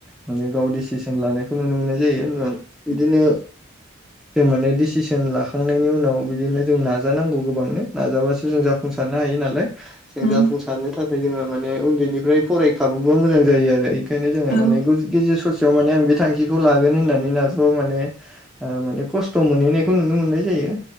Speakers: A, in the centre; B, on the left.
A: माने गाव डिसिसन लानायखौ नुनो मोननाय जायो। ओ
B: उम
A: बिदिनो जों माने डिसिसन लाखांनायनि उनाव बिदिनो जों नाजानांगौ गोबांनो। नाजाबासो जों जाफुंसारनो हायो नालाय। जों
B: उम
A: जाफुंसारनो थाखाय ओमफ्राय जोङो माने उन्दैनिफ्राय फरायखाबोबा मोजां जायो आरो इनखायनो जोङो
B: औ
A: माने गेजेर ससेयाव माने जे आं बे थांखिखौ लागोन होननानै नाजाबा' माने माने खस्थ' मोनहैनायखौ नुनो मोननाय जायो।